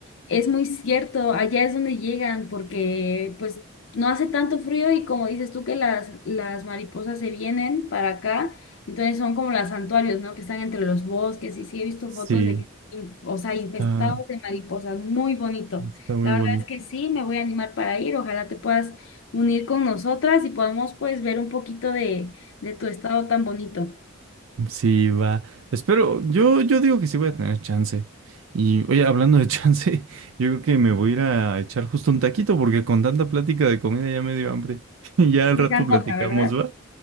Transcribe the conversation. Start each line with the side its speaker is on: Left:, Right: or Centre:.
Left: Es muy cierto, allá es donde llegan, porque pues No hace tanto frío y como dices tú que las, las mariposas se vienen para acá, entonces son como los santuarios, ¿no? Que están entre los bosques y sí he visto
Right: Sí,
Left: fotos de que, in- o sea,
Right: está,
Left: infestados de mariposas, muy bonito.
Right: está muy
Left: La verdad
Right: bonito.
Left: es que sí, me voy a animar para ir, ojalá te puedas unir con nosotras y podamos pues ver un poquito de, de tu estado tan bonito.
Right: Sí, va. Espero, yo, yo digo que sí voy a tener chance. Y oye, hablando de chance, <laughs> yo creo que me voy a ir a echar justo un taquito porque con tanta plática de comida ya me dio hambre. <laughs> Ya al
Left: Sí,
Right: rato
Left: se antoja,
Right: platicamos,
Left: ¿verdad?
Right: ¿va?